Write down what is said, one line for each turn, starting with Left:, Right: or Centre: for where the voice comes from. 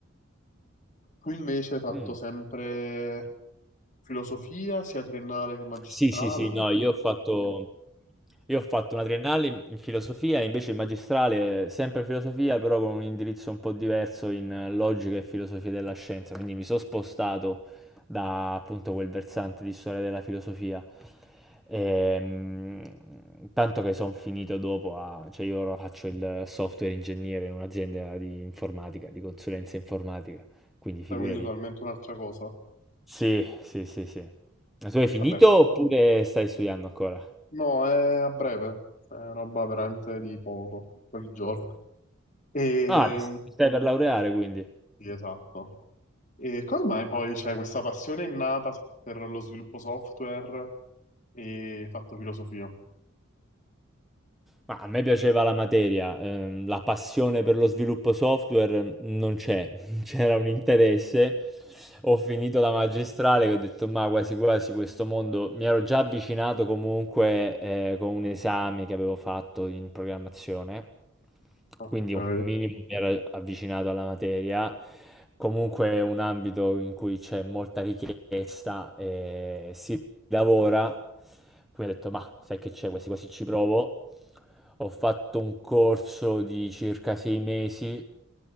Left: Tu invece hai fatto
Centre: Mm.
Left: sempre filosofia, sia triennale che magistrale,
Centre: Sì, sì, sì, no, io ho fatto, io ho fatto una triennale in, in filosofia, invece il magistrale sempre filosofia, però con un indirizzo un po' diverso in eh, logica e filosofia della scienza, quindi mi sono spostato da appunto quel versante di storia della filosofia. Ehm, tanto che sono finito dopo a, cioè io ora faccio il software ingegnere in un'azienda di informatica, di consulenza informatica, quindi figurati,
Left: cioè, quindi totalmente un'altra cosa.
Centre: sì, sì, sì, sì. Ma tu hai finito
Left: Vabbè,
Centre: oppure stai studiando ancora?
Left: no, è a breve, cioè, è roba veramente di poco, pochi giorni. E...
Centre: Ah, ti ti stai per laureare quindi.
Left: Sì, esatto. E come mai poi c'è questa passione innata per lo sviluppo software e hai fatto filosofia?
Centre: Ma a me piaceva la materia, ehm, la passione per lo sviluppo software non c'è, <laughs> c'era un interesse. Ho finito la magistrale che ho detto, ma quasi quasi questo mondo mi ero già avvicinato comunque eh, con un esame che avevo fatto in programmazione,
Left: Ok,
Centre: quindi un minimo mi ero avvicinato alla materia. Comunque è un ambito in cui c'è molta richiesta e si lavora. Quindi ho detto, ma sai che c'è, quasi quasi ci provo. Ho fatto un corso di circa sei mesi